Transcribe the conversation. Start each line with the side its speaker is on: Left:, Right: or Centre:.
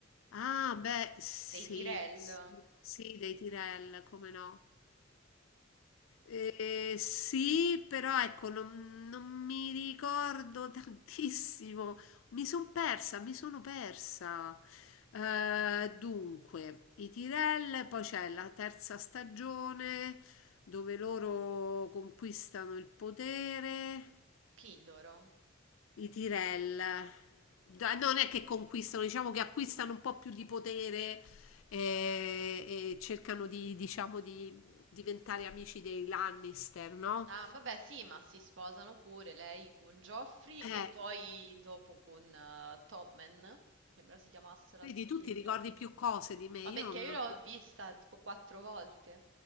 Left: Ah, beh, sì,
Right: dei Tyrell,
Left: sì, sì, dei Tirel, come no? Eh, sì, però ecco, non, non mi ricordo <laughs> tantissimo. Mi sono persa, mi sono persa. Eh, dunque, i Tyrell, poi c'è la terza stagione dove loro conquistano il potere.
Right: chi loro?
Left: I Tyrell da- non è che conquistano, diciamo che acquistano un po' più di potere eh, e, cercano di, diciamo, di diventare amici dei Lannister, no?
Right: Ah, vabbè, sì, ma si sposano pure lei con Joffrey e
Left: Eh,
Right: poi dopo con eh, Tommen, sembra si chiamasse l'altro
Left: vedi,
Right: figlio.
Left: tu ti ricordi più cose di me, io
Right: Ma perché
Left: non...
Right: io l'ho vista tipo quattro volte.